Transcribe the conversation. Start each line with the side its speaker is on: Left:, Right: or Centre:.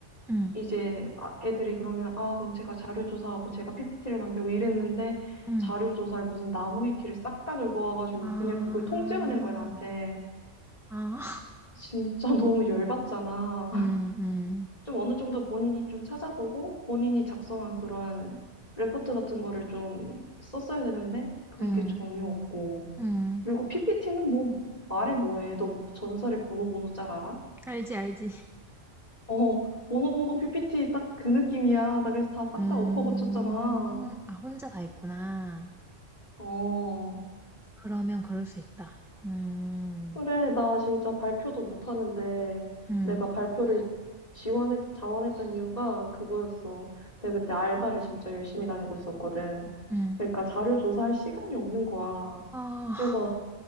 Centre: 응,
Left: 이제 아- 애들이 그러면 아 그럼 제가 자료 조사하고 제가 PPT를 만들고 이랬는데
Centre: 응,
Left: 자료 조사를 무슨 나무 위키를 싹 다 긁어와가지고
Centre: 아,
Left: 그냥 그걸 통째로 낸 거야 나한테
Centre: 아,
Left: 진짜 <laughs> 너무 열받잖아
Centre: 음, 음,
Left: <laughs> 좀 어느 정도 본인이 좀 찾아보고 본인이 작성한 그런 레포트 같은 거를 좀 썼어야 되는데 그런
Centre: 음,
Left: 게 전혀 없고
Centre: 음,
Left: 그리고 PPT는 뭐 말해 뭐해 너 전설의 보노보노 잘 알아?
Centre: 알지, 알지.
Left: 어 보노보노 PPT 딱 그 느낌이야 나 그래서 다 싹
Centre: 음,
Left: 다 엎어고쳤잖아
Centre: 아, 혼자 다 했구나.
Left: 어,
Centre: 그러면 그럴 수 있다. 음,
Left: 그래, 나 진짜 발표도 못하는데,
Centre: 음,
Left: 내가 발표를 지원했, 자원했던 이유가 그거였어. 내가 그때 알바를 진짜 열심히 다니고 있었거든.
Centre: 음,
Left: 그러니까 자료 조사할 시간이 없는 거야.
Centre: 아,
Left: 그래서